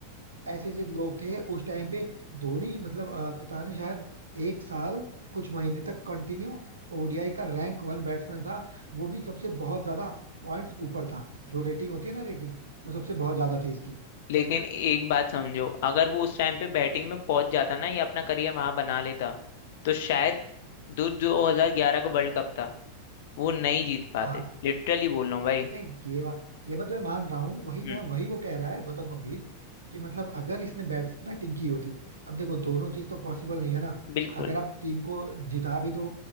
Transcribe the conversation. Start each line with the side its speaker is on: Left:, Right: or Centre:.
Right: ऐसे ऐसे लोग थे उस टाइम पे धोनी मतलब अ, पता नहीं शायद एक साल कुछ महीने तक कंटिन्यू ओडीआई का रैंक वन बैट्समैन था वो भी सबसे बहुत ज्यादा पॉइंट्स ऊपर था जो रेटिंग होती है ना रेटिंग वो सबसे बहुत ज्यादा थी इसकी
Left: लेकिन एक बात समझो अगर वो उस टाइम पे बैटिंग में पहुंच जाता ना या अपना करियर वहां बना लेता तो शायद दो 2011 का वर्ल्ड कप था वो नहीं जीत पाते
Right: हाँ
Left: लिटरली बोल रहा हूँ भाई
Right: नहीं ये बात ये बात मैं मान रहा हूँ वही
Left: हम्म
Right: ना वही वो कह रहा है गौतम गंभीर कि मतलब अगर इसने बैट बैटिंग की होती अब देखो दोनों चीज तो पॉसिबल नहीं है ना
Left: बिल्कुल
Right: अगर आप टीम को जिता भी दो